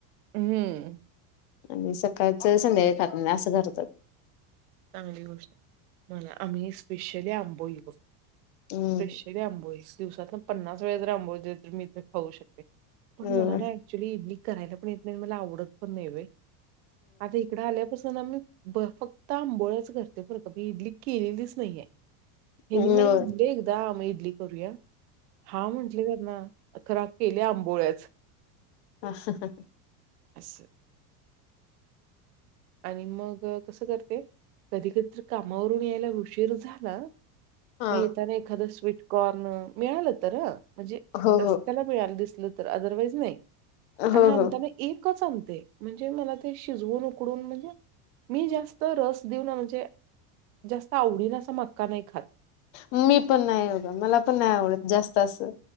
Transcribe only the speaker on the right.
हम्म.
चांगली गोष्ट आहे मला आम्ही स्पेशली आंबोई बघे.
आंबोस दिवसात पन्नास वेळे जर आंबो ज मी इथ खाऊ शकते पण
मला नाही. क्चुली इडली करायला पण येत नाही मला आवडत पण नाही होईल आता. इकड आल्यापासून आम्ही ब फक्त आंबोळच करते बर का इडली केलेलीच नाहीये. हेनी
मला म्हणले एकदा मग इडली करूया हा म्हंटले त्यांना. खरा केल्या आंबोळ्याच.
असं. आणि मग कसं करते कधी कधीत कामावरून यायला उशीर झाला.
मताना एखादं स्वीटकॉर्न मिळालं तर. म्हणजे
रस्त्याला
मिळायला दिसलं तर अदरवाईज नाही आणि
अंत.
एकच आणते म्हणजे मला ते शिजवून. उकडून म्हणजे मी जास्त रस देऊ ना म्हणजे. जास्त आवडीन असं मक्का नाही खात.